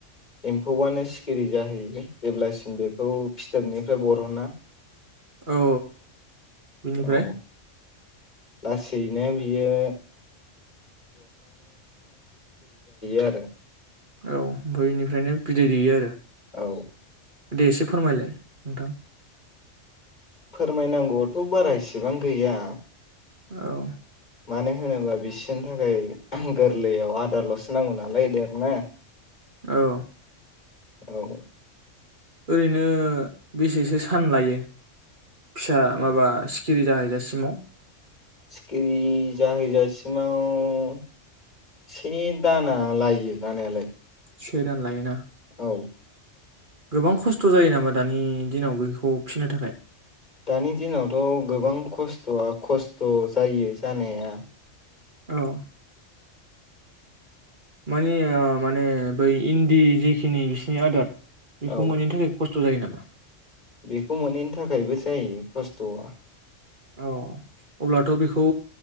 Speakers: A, on the left; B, on the right.
A: एम्फौआनो सिखिरि जाहैयो जेब्लासिम फ्राय बर'ना
B: औ बिनिफ्राय
A: औ लासैनो बियो <inaudible>
B: औ बैनिफ्रायनो बिदै दैयो आरो
A: औ
B: दे एसे फोरमायलाय नोंथां
A: फोरमायनांगौआथ‌ बारा इसेबां गैया।
B: औ
A: मानो होनोबा बिसोरनि थाखाय गोरलैयाव आदारलसो नांगौ नालाय देरनो
B: औ
A: औ
B: ओरैनो बेसेसो सान लायो? फिसा माबा सिखिरि जाहैजासिमाव
A: सिखिरि जाहैजासिमाव से दाना लायो लानायालाय
B: से दान लायोना
A: औ
B: गोबां खस्थ जायो नामा दानि दिनाव बेखौ फिनो थाखाय
A: दानि दिनावथ गोबां खस्थआ खस्थ‌ जायो जानाया
B: औ मानि ओ माने बै इन्दि जेखिनि बिसिनि आदार बेखौ
A: औ
B: मोनैनि थाखाय खस्थ थु जायो नामा
A: बेखौ मोनैनि थाखायबो जायो खस्थआ
B: अ अब्लाथ बेखौ